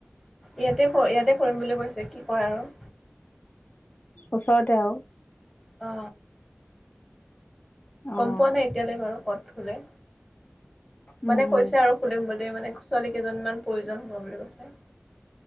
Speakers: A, in the centre; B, on the left.
A: ইয়াতে ইয়াতে কৰিম বুলি কৈছে কি কৰে আৰু।
B: ওচৰতে আৰু।
A: অ।
B: অ'
A: গম পোৱা নাই এতিয়ালৈ বাৰু ক'ত। কোনে।
B: উম
A: মানে
B: উম
A: কৈছে আৰু খুলিম বুলি। মানে ছোৱালী কেইজনীমান প্ৰয়োজন হ'ব বুলি কৈছে